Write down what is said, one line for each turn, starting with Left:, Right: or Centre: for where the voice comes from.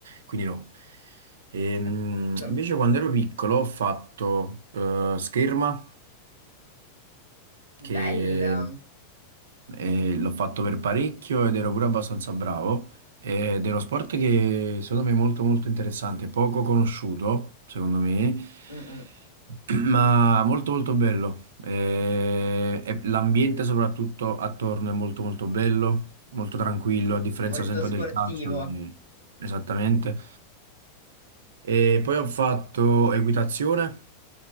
Right: quindi no. Ehm,
Left: Capisco.
Right: invece quando ero piccolo ho fatto eh, scherma. che
Left: Bello.
Right: e l'ho fatto per parecchio ed ero pure abbastanza bravo. Ed è uno sport che secondo me è molto molto interessante, poco conosciuto, secondo me,
Left: Mm, mm.
Right: <clears throat> ma molto molto bello. Eh, e l'ambiente soprattutto attorno è molto molto bello, molto tranquillo, a differenza
Left: Molto
Right: sempre
Left: sportivo.
Right: del calcio, quindi- esattamente. E poi ho fatto equitazione